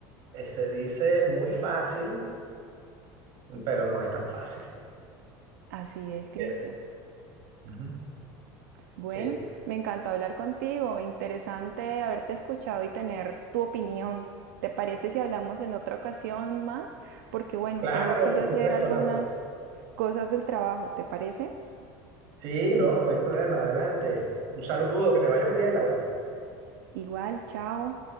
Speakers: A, on the right; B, on the right.
A: eh, se dice muy fácil, pero no es tan fácil.
B: Así es, Cristian.
A: Eh, ujú,
B: Bueno,
A: Sí,
B: me encantó hablar contigo. Interesante haberte escuchado y tener tu opinión. ¿Te parece si hablamos en otra ocasión más? Porque bueno,
A: claro,
B: tengo que ir
A: por
B: a hacer
A: supuesto,
B: algunas
A: Laura.
B: cosas del trabajo. ¿Te parece?
A: Sí, no, no hay problema, adelante. Un saludo, que te vaya muy bien, Laura.
B: Igual, chao.